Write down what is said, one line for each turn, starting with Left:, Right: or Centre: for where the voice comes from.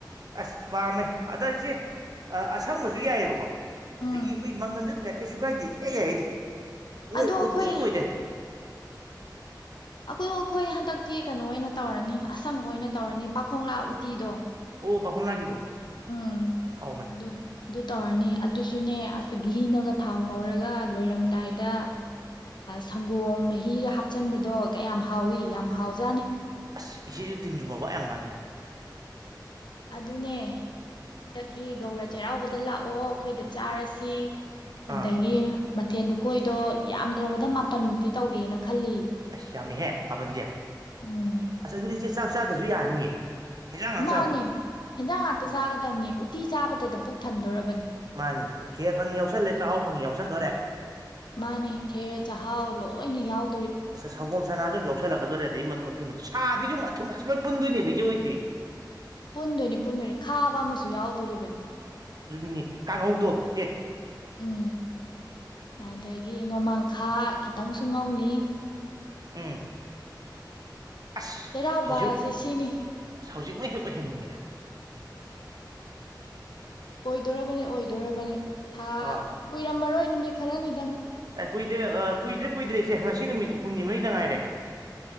Right: ꯑꯁ ꯄꯥꯝꯃꯦ ꯑꯗ ꯏꯆꯦ ꯑꯁꯪꯕꯁꯨ ꯌꯥꯏꯑꯕꯀꯣ
Left: ꯎꯝ
Right: ꯑꯗꯒꯤ ꯑꯩꯈꯣꯏ ꯃꯪꯒꯟꯁꯨ ꯑꯗꯨꯝ ꯀꯩꯁꯨ ꯀꯥꯏꯗꯦ ꯌꯥꯏ ꯌꯥꯏ ꯑꯩꯗꯤ ꯑꯣ
Left: ꯑꯗꯣ ꯑꯩꯈꯣꯏ
Right: ꯎꯠꯇꯤ ꯑꯣꯏꯣꯏꯗꯦ
Left: ꯑꯈꯣꯏ ꯑꯈꯣꯏ ꯍꯟꯗꯛꯇꯤ ꯀꯩꯅꯣ ꯑꯣꯏꯅ ꯇꯧꯔꯅꯤ ꯑꯁꯪꯕ ꯑꯣꯏꯅ ꯇꯧꯔꯅꯤ ꯄꯥꯈꯣꯡꯂꯥ ꯎꯇꯤꯗꯣ
Right: ꯑꯣ ꯄꯥꯈꯣꯡꯂꯥꯒꯤꯗꯣ
Left: ꯎꯝ
Right: ꯍꯥꯎꯕꯅꯦ
Left: ꯑꯗꯨ ꯑꯗꯨ ꯇꯧꯔꯅꯤ ꯑꯗꯨꯁꯨꯅꯦ ꯑꯁ ꯘꯤꯅꯒ ꯊꯥꯎ ꯉꯧꯔꯒ ꯂꯣꯏꯔꯝꯗꯥꯏꯗ ꯁꯪꯒꯣꯝ ꯃꯍꯤꯒ ꯍꯥꯞꯆꯟꯕꯗꯣ ꯀꯌꯥꯝ ꯍꯥꯎꯏ ꯌꯥꯝ ꯍꯥꯎꯖꯥꯠꯅꯤ
Right: ꯑꯁ ꯏꯆꯦꯁꯨ ꯇꯤꯟꯖꯨꯝꯕ ꯋꯥ ꯌꯥꯝ ꯉꯥꯡꯉꯤꯗ
Left: ꯑꯗꯨꯅꯦ ꯍꯟꯗꯛꯀꯤ ꯒꯧꯔ ꯆꯩꯔꯥꯎꯕꯗ ꯂꯥꯛꯑꯣ ꯑꯩꯈꯣꯏꯗ ꯆꯥꯔꯁꯤ
Right: ꯑꯥ
Left: ꯑꯗꯒꯤ ꯃꯊꯦꯜ ꯂꯨꯀꯣꯏꯗꯣ ꯌꯥꯝꯗ꯭ꯔꯕꯗ ꯃꯥꯄꯟꯃꯨꯛꯇꯤ ꯇꯧꯒꯦꯅ ꯈꯜꯂꯤ
Right: ꯑꯁ ꯌꯥꯝꯃꯤꯍꯦ ꯃꯥꯄꯟꯗꯤ
Left: ꯎꯝ
Right: ꯑꯁ ꯑꯗꯨꯗꯤ ꯏꯆꯦ ꯆꯥꯛ ꯆꯥꯗꯔꯁꯨ ꯌꯥꯅꯤꯌꯦ ꯍꯤꯟꯖꯥꯡ ꯉꯥꯛ
Left: ꯃꯥꯅꯦ
Right: ꯆꯥꯕ
Left: ꯍꯦꯟꯖꯥꯡ ꯉꯥꯛꯇ ꯆꯥꯒꯗꯕꯅꯤ ꯎꯇꯤ ꯆꯥꯕꯗꯗ ꯄꯨꯛ ꯊꯟꯗꯣꯔ
Right: ꯃꯥꯅꯦ ꯈꯦꯔ ꯐꯪꯉꯤ ꯌꯥꯎꯁꯜꯂꯦ ꯆꯥꯛꯍꯥꯎ ꯐꯪꯉꯤ ꯌꯥꯎꯁꯟꯗꯣꯔꯦ
Left: ꯃꯥꯅꯦ ꯈꯦꯔ ꯆꯥꯛꯍꯥꯎ ꯂꯣꯏꯅ ꯌꯥꯎ
Right: ꯁꯪꯒꯣꯝ ꯁꯅꯥꯁꯨ ꯑꯗꯨꯝ ꯌꯥꯎꯁꯜꯂꯛꯀꯗꯣꯔꯦ ꯑꯗꯩ ꯃ ꯃꯇꯨꯡꯗ ꯁꯥꯕꯤꯁꯨꯨ‌ ꯑꯃꯨꯛ ꯑꯊꯨꯝ ꯑꯁ ꯂꯣꯏ ꯄꯨꯟꯗꯣꯏꯅꯦꯕ ꯏꯆꯦ ꯍꯣꯏꯖꯤꯗꯤ
Left: ꯄꯨꯟꯗꯣꯏꯅꯤ ꯄꯨꯟꯗꯣꯏꯅꯤ ꯈꯥꯕ ꯑꯃꯁꯨ ꯌꯥꯎꯗꯣꯔꯤꯕꯅꯤ
Right: ꯉ ꯀꯥꯡꯍꯧꯗꯣ ꯁꯦ
Left: ꯎꯝ ꯑꯗꯒꯤ ꯅꯣꯡꯃꯥꯡꯈꯥ ꯈꯤꯇꯪꯁꯨ ꯉꯧꯅꯤ
Right: ꯎꯝ ꯑꯁ
Left: ꯆꯩꯔꯥꯎꯕꯁꯦ
Right: ꯍꯧꯖꯤꯛ
Left: ꯁꯤꯅꯤ
Right: ꯑꯁ ꯍꯧꯖꯤꯛꯃꯛꯣꯏ ꯍꯦꯛ ꯑꯣꯏꯍꯟꯅꯤꯡꯉꯤꯗ
Left: ꯑꯣꯏꯗꯣꯔꯕꯅꯤ ꯑꯣꯏꯗꯣꯔꯔꯕꯅꯤ ꯊꯥ
Right: ꯑꯥ
Left: ꯀꯨꯏꯔꯝꯝꯕꯔꯣꯏ ꯈꯔꯅꯤ
Right: ꯑꯦ ꯀꯣꯏꯗ ꯀ ꯏꯗ ꯀꯨꯏꯗ꯭ꯔꯤꯁꯦ ꯉꯁꯤ ꯅꯨꯃꯤꯠ ꯍꯨꯝꯅꯤ ꯃꯔꯤꯗ ꯉꯥꯏꯔꯦ